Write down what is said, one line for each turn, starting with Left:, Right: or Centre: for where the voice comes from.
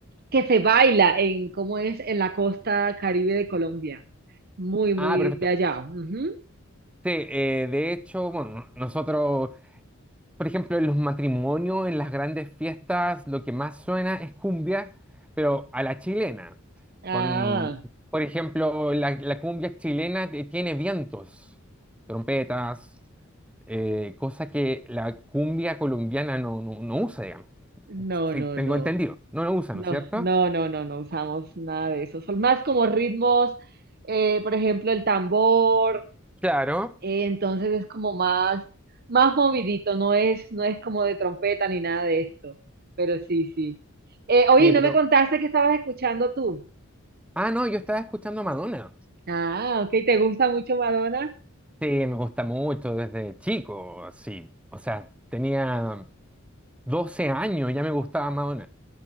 Right: que se baila en, ¿cómo es? En la costa Caribe de Colombia. Muy, muy
Centre: Ah, perfecto.
Right: de allá. Ujú.
Centre: Sí, eh, de hecho, bueno, nosotros Por ejemplo, en los matrimonios, en las grandes fiestas, lo que más suena es cumbia, pero a la chilena.
Right: Ah,
Centre: Con, por ejemplo, la, la cumbia chilena te- tiene vientos, trompetas, eh, cosa que la cumbia colombiana no, no, no usa, digamos.
Right: no,
Centre: Sí,
Right: no,
Centre: Tengo
Right: no.
Centre: entendido. No lo usa,
Right: No,
Centre: ¿no es cierto?
Right: no, no, no, no usamos nada de eso. Son más como ritmos, eh, por ejemplo, el tambor,
Centre: Claro.
Right: Eh, entonces es como más, más movidito, no es, no es como de trompeta ni nada de esto, pero sí, sí. Eh, oye,
Centre: Sí,
Right: ¿no
Centre: pero...
Right: me contaste que estabas escuchando tú?
Centre: Ah, no, yo estaba escuchando a Madonna.
Right: Ah, ok, ¿te gusta mucho Madonna?
Centre: Sí, me gusta mucho desde chico, sí. O sea, tenía 12 años, ya me gustaba Madonna.